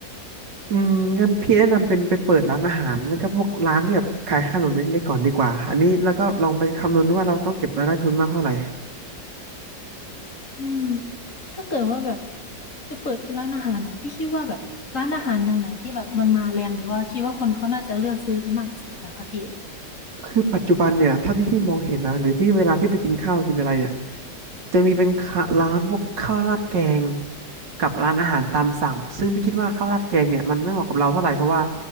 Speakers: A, on the right; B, on the left.
A: อืมงั้นพี่แนะนำเป็นไปเปิดร้านอาหารมันก็พวกร้านที่แบบขายขนมเล็กๆก่อนดีกว่าอันนี้แล้วก็ลองไปคำนวณดูว่าเราต้องเก็บรายได้ทุนมากเท่าไหร่
B: อืมถ้าเกิดว่าแบบจะเปิดเป็นร้านอาหารเนี่ยพี่คิดว่าแบบร้านอาหารแนวไหนที่แบบมันมาแรงหรือว่าคิดว่าคนเขาน่าจะเลือกซื้อกันมากที่สุดเหรอคะพี่
A: คือปัจจุบันเนี่ยเท่าที่พี่มองเห็นนะหรือพี่เวลาพี่ไปกินข้าวกินอะไรเนี่ยจะมีเป็นข้าร้านพวกข้าวราดแกงกับร้านอาหารตามสั่งซึ่งพี่คิดว่าข้าวราดแกงเนี่ยมันไม่เหมาะกับเราเท่าไหร่เพราะว่า